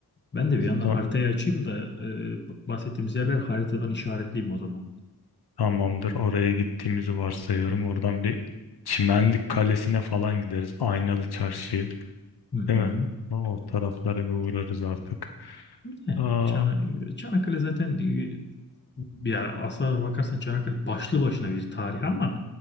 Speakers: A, on the left (about 30°); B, on the left (about 85°).
A: Ben de bir yandan
B: Ta-
A: haritayı açayım da e, bahsettiğimiz yerler haritadan işaretleyeyim o zaman.
B: Tamamdır. Oraya gittiğimizi varsayıyorum. Oradan bir Çimenlik Kalesi'ne falan gideriz. Aynalı Çarşı'yı.
A: Hı hı.
B: Değil mi? O taraflara bir uğrarız artık.
A: Yani
B: Aa,
A: Çana- Çanakkale zaten e, ya aslına bakarsan Çanakkale başlı başına bir tarih ama